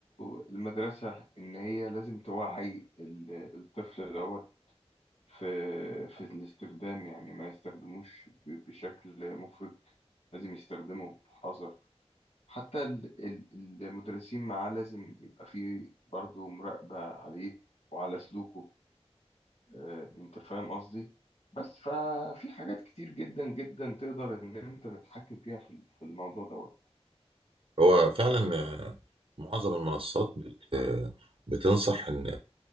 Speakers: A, on the left; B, on the right.
A: المدرسة ان هي لازم توعي ال- الطفل دوت في في الاستخدام يعني ما يستخدموش ب- بشكل مفرط لازم يستخدمه بحذر حتى ال- ال- المدرسين معاه لازم يبقى فيه برضه مراقبة عليه وعلى سلوكه آه، انت فاهم قصدي بس ففي حاجات كتير جدا جدا تقدر ان انت تتحكم فيها في ال- في الموضوع دوت
B: هو فعلا آه، معظم المنصات بت- آه، بتنصح ان